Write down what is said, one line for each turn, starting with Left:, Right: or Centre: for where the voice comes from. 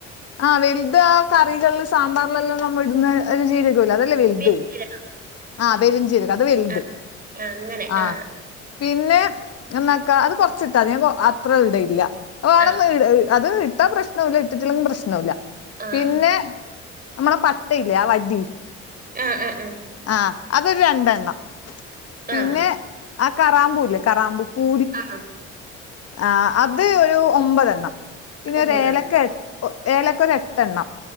Left: ആഹ്, വെൽത് ആ.., കറികളില് സാമ്പാറ്ലെല്ലാം നമ്മൾടുന്ന ഒരു ജീര ടൂലെ, അതല്ലേ വെൽത്.
Right: ചെറിയ ജീരകം
Left: ആഹ്, പെരിഞ്ജീരകം അത് വെൽത്.
Right: ആ ആ അങ്ങനെ
Left: ആഹ്.
Right: ആ
Left: പിന്നെ, എന്നാക്കാ അത് കൊർച്ചിട്ടാതി. ഞാൻ അത്ര ഇടയ്ല്ല. അയ് വേണെന്ന്,
Right: ആ
Left: ഇട അത് ഇട്ടാ പ്രശ്നോല്ല. ഇട്ടിട്ടില്ലെങ്കിലും പ്രശ്നോല്ല.
Right: ആ ആ
Left: പിന്നെ, നമ്മളെ പട്ടയില്ലേ? ആ വടി,
Right: ആഹ്, ആഹ്, ആഹ്.
Left: ആഹ്, അതൊരു രണ്ടെണ്ണം. പിന്നെ,
Right: ആ
Left: ആ കറാമ്പൂല്ലേ? കറാമ്പൂ പൂ
Right: ആ ആ
Left: ആഹ്, അത് ഒരു ഒമ്പതെണ്ണം. പിന്നെ
Right: ഒമ്പതാണ്
Left: ഓര് ഏലക്ക, ഏലക്ക ഒരെ ട്ടെണ്ണം.